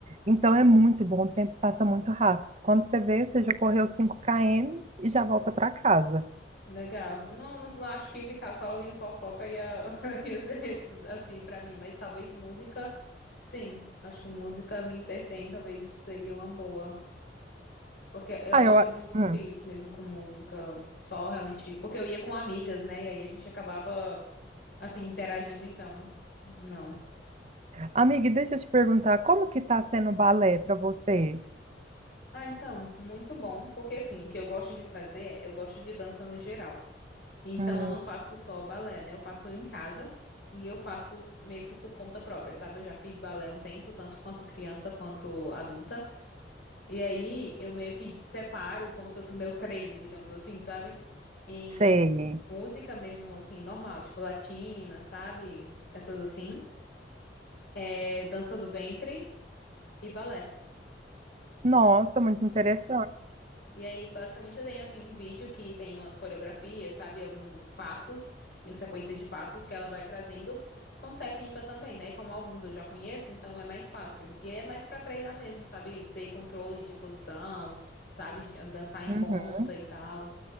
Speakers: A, on the right (about 40°); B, on the left (about 65°).
A: Então é muito bom, o tempo passa muito rápido. Quando você vê, você já correu cinco km e já volta para casa.
B: Legal. Eu não, não, não acho que ficar só ouvindo fofoca ia, <laughs> ia ser assim pra mim, mas talvez música, sim. Acho que música me entretém, talvez isso seria uma boa. Porque eu
A: Aí
B: acho
A: eu,
B: que eu nunca
A: hum.
B: fiz mesmo com música, só realmente. Porque eu ia com amigas, né? E aí a gente acabava, assim, interagindo, então, não.
A: Amiga, e deixa eu te perguntar, como que tá sendo o balé para você?
B: Ah, então, muito bom. Porque assim, o que eu gosto de fazer é, eu gosto de dança no geral. Então
A: Hum,
B: eu não faço só balé, né? Eu faço em casa e eu faço meio que por conta própria, sabe? Eu já fiz balé um tempo, tanto quanto criança quanto adulta. E aí eu meio que d- separo como se fosse o meu treino, digamos assim, sabe? Em
A: sei.
B: música mesmo, assim, normal, tipo latina, sabe? Essas assim. É dança do ventre e balé.
A: Nossa, muito interessante.
B: E aí, basicamente, eu tenho assim um vídeo que tem umas coreografias, sabe? Alguns passos, e sequência de passos que ela vai trazendo com técnica também, né? E como alguns eu já conheço, então é mais fácil. E aí é mais pra treinar mesmo, sabe? Ter controle de posição, sabe? De dançar em
A: Uhum.
B: ponta e tal.